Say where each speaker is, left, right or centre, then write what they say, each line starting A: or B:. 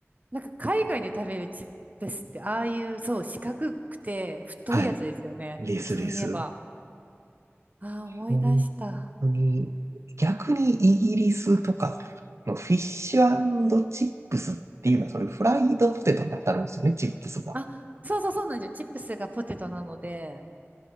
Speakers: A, on the right (about 35°); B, on the right (about 80°).
A: なんか海外で食べるチップスって、ああいう、そう、四角くて太いやつですよね。
B: はい。レスレス。
A: そういえば。ああ、思い出した。
B: 本本当に、逆にイギリスとかのフィッシュチップスっていうのは、それフライドポテトに当たるんですよね、チップスが。
A: あ、そうそうそうなんですよ。チップスがポテトなので、